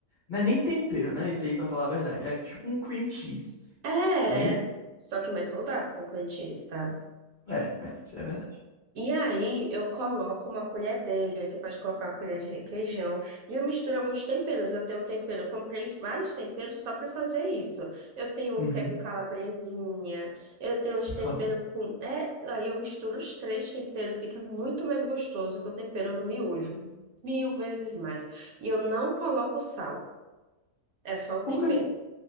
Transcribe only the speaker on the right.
É,
só que mais saudável que o corinthians, tá?
E aí eu coloco uma colher dele, aí você pode colocar uma colher de requeijão, e eu misturo alguns temperos. Eu tenho um tempero, eu comprei vários temperos só para fazer isso. Eu tenho
uns que é com calabresinha, eu tenho uns
temperos com, é, aí eu misturo os três temperos, fica muito mais gostoso que o tempero do miojo, mil vezes mais. E eu não coloco sal, é só o tempero.